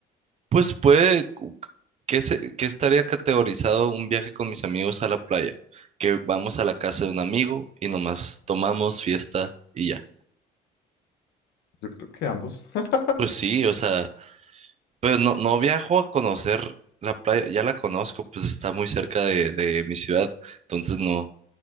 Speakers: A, on the right (about 40°); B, on the left (about 80°).
A: Pues puede, cu- ¿qué, se- qué estaría categorizado un viaje con mis amigos a la playa? Que vamos a la casa de un amigo y nomás tomamos fiesta y ya.
B: Yo creo que ambos. <laughs>
A: Pues sí, o sea, pero no, no viajo a conocer la playa, ya la conozco, pues está muy cerca de, de mi ciudad, entonces no.